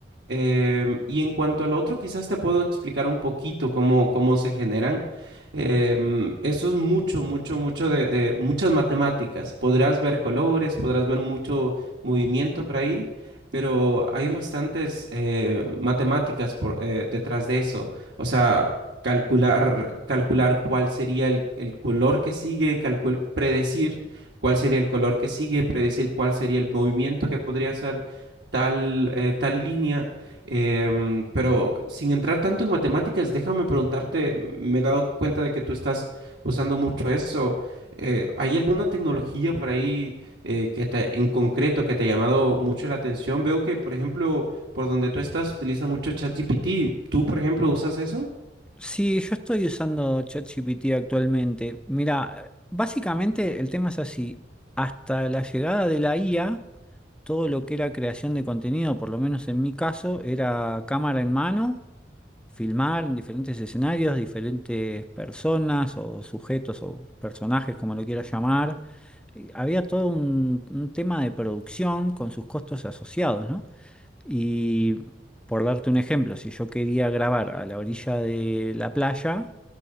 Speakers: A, on the right (about 65°); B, in the centre.
A: Em, y en cuanto al otro, quizás te puedo explicar un poquito cómo, cómo se generan. Em, eso es mucho, mucho, mucho de, de muchas matemáticas. Podrás ver colores, podrás ver mucho movimiento por ahí pero hay bastantes eh, matemáticas por, eh, detrás de eso. O sea, calcular, calcular cuál sería el, el color que sigue, calcul- predecir cuál sería el color que sigue, predecir cuál sería el movimiento que podría hacer tal, eh, tal línea. Em, pero sin entrar tanto en matemáticas, déjame preguntarte, me he dado cuenta de que tú estás usando mucho eso. Eh, ¿hay alguna tecnología por ahí? eh, que te- en concreto que te ha llamado mucho la atención? Veo que, por ejemplo, por donde tú estás utiliza mucho ChatGPT. ¿Tú, por ejemplo, usas eso?
B: Sí, yo estoy usando ChatGPT actualmente. Mira, básicamente el tema es así. Hasta la llegada de la IA, todo lo que era creación de contenido, por lo menos en mi caso, era cámara en mano, filmar en diferentes escenarios, diferentes personas o sujetos o personajes, como lo quieras llamar. Eh, Había todo un, un tema de producción con sus costos asociados, ¿no? Y por darte un ejemplo, si yo quería grabar a la orilla de la playa,